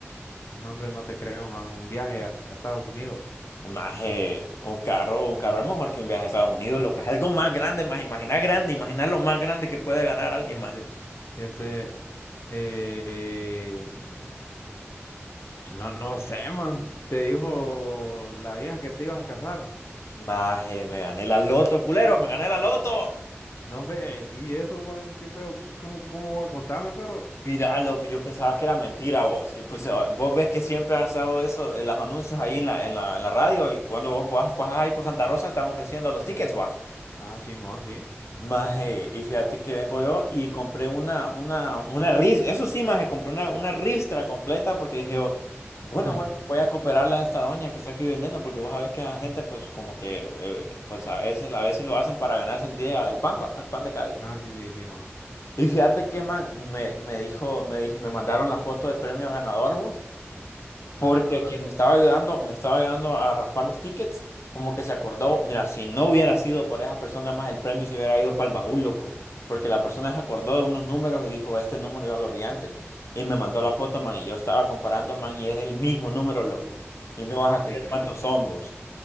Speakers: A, on the left (about 65°); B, on the left (about 85°).
A: No, hombre, no te creo, man, un viaje a, a Estados Unidos.
B: Maje, un carro, un carro es mejor que un viaje a Estados Unidos, loco, es algo más grande, maje. Imaginar grande, imaginar lo más grande que puede ganar alguien,
A: Ese,
B: maje.
A: ese, eh, mm, no, no sé, man. Te dijo la vieja que te ibas a casar.
B: Maje, me gané la loto, culero, me gané la loto.
A: No, ve, y eso, man, qué feo. ¿Cómo, cómo va? Contame, perro.
B: Mira, loco, yo pensaba que era mentira vos. Yo, pues, ah, vos ves que siempre han estado eso en los anuncios ahí en la, en la, en la radio y cuando vos vas, pasas ahí por Santa Rosa están ofreciendo los tickets, va.
A: Ah, Simón, sí.
B: Maje, y fíjate que vengo yo y compré una, una, una ris- eso sí, maje, compré una, una ristra completa porque dije, yo, bueno,
A: <laughs>
B: voy, voy a cooperarle a esta doña que está aquí vendiendo porque vos sabés que la gente pues como que, eh, pues a veces, a veces lo hacen para ganarse el día, el pan, va, el pan de cada día.
A: Ah, sí, sí, sí, man.
B: Y fíjate que, man, me, me dijo, me dije, me mandaron la foto del premio ganador, vos, porque
A: Ajá,
B: quien me estaba ayudando, me estaba ayudando a raspar los tickets, como que se acordó, mira, si no hubiera sido por esa persona más el premio se hubiera ido para el baúl, loco, porque la persona se acordó de unos números y dijo, este número yo lo vi antes, y me mandó la foto, man, y yo estaba comparando, man, y es el mismo número, loco, y no
A: no
B: vas a creer
A: te creo.
B: cuántos <laughs> son, vos,